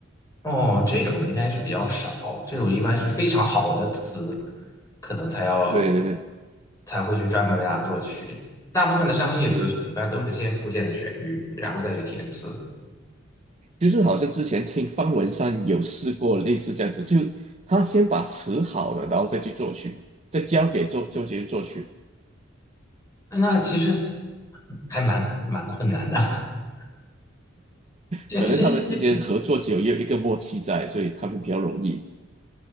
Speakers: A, on the left (about 15°); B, on the right (about 30°).
A: 哦，这种应该是比较少，这种一般是非常好的词，可能才要
B: 对对对，
A: 才会去专门为它作曲。大部分的商业歌曲一般都是先出现的旋律，
B: 就就
A: 然后再去填词。
B: 就是好像之前听方文山有试过类似这样子，就他先把词好了，然后再去作曲，再交给作作曲人作曲。
A: 那其实还蛮蛮困难的。<laughs> 先先是，
B: 可能他们之间合作久，也有一个默契在，所以他们比较容易。